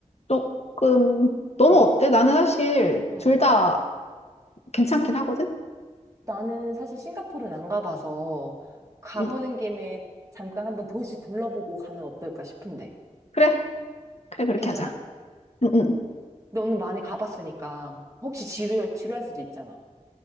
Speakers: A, on the left; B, on the right.
A: 조금 너는
B: 응.
A: 어때? 나는 사실
B: 어.
A: 둘 다 괜찮긴 하거든.
B: 나는 사실 싱가포르는 안 가봐서 가보는
A: 응.
B: 김에 잠깐 한번 도시 둘러보고 가면 어떨까 싶은데.
A: 그래, 그래 그렇게
B: 괜찮아?
A: 하자. 응, 응.
B: 너는 많이 가봤으니까. 혹시 지루할, 지루할 수도 있잖아.